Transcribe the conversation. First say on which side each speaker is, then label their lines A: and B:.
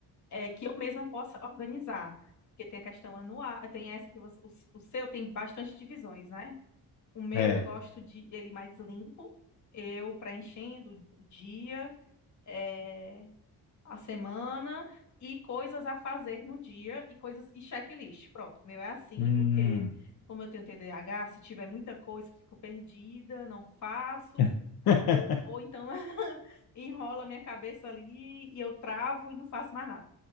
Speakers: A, on the left; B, on the left.
A: é, que eu mesma possa organizar. Porque tem a questão anual, tem essa que você- o, o seu tem bastante divisões, né? O meu
B: É.
A: eu gosto de ele mais limpo, eu preenchendo o dia, é, a semana e coisas a fazer no dia e coisas e checklist. Pronto, o meu é assim,
B: Hum.
A: porque como eu tenho TDAH, se tiver muita coisa, eu fico perdida, não faço.
B: <laughs>
A: Ou, ou então <laughs> enrola minha cabeça ali e eu travo e não faço mais nada.